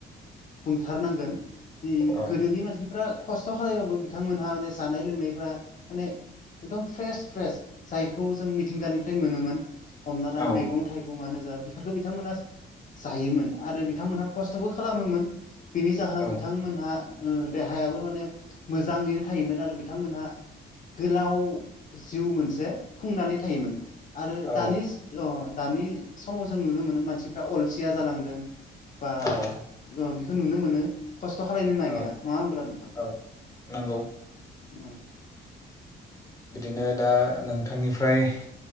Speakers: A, on the left; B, on the left.
A: बुंथारनांगोन। दि
B: औ
A: गोदोनि मानसिफ्रा खस्थ' खालायबाबो बिथांमोनहा माने जानाय लोंनायफ्रा माने एकदम फ्रेस फ्रेस जायखौ जों मिथिंगानिफ्राय मोनोमोन। हमना ला
B: औ
A: मैगं थाइगंनो जा बेफोरफोरखौ बिथांमोना जायोमोन आरो बिथांमोनहा खस्थ'बो खालामोमोन बिनि जाहोनाव
B: औ
A: बिथांमोनहा देहायाबो माने मोजाङैनो थायोमोन आरो बिथांमोनहा गोलाव जिउ मोनसे खुंनानै थायोमोन आरो
B: औ
A: दानि दानि समाव जों नुनो मोनो मानसिफ्रा अलसिया जालांदों बा
B: औ
A: ओ बेखौ नुनो मोनो खस्थ' खालायनो नागिरा
B: औ
A: नङा होमब्ला नोंथां
B: औ नंगौ
A: औ। औ
B: बिदिनो दा नोंथांनिफ्राय